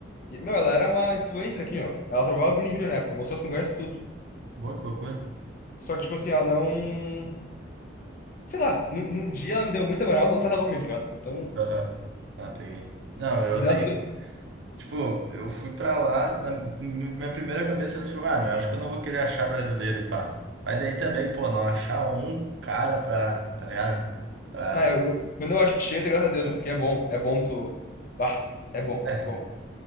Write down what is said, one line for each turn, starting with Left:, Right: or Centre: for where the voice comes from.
Left: E, meu, ela era uma influencer aqui, ó. Ela trovava o Vini Júnior na época, mostrou as conversas, tudo.
Right: Boa, que loucura.
Left: Só que, tipo assim, ela não. Sei lá, num, num dia ela me deu muita moral, no outro ela cagou pra mim, tá ligado? Então.
Right: Aham. Tá, peguei. Não, meu,
Left: e
Right: eu
Left: dela-
Right: tenho. Tipo, eu fui pra lá, na minha primeira cabeça era tipo, ah, meu, acho que eu não vou querer achar brasileiro e pá. Mas daí também, pô, não achar um cara pra, tá ligado? Pra.
Left: Não, eu, eu- quando eu achei, eu dei graças a Deus, meu, porque é bom, é bom tu. Ah, é bom,
Right: É,
Left: é bom.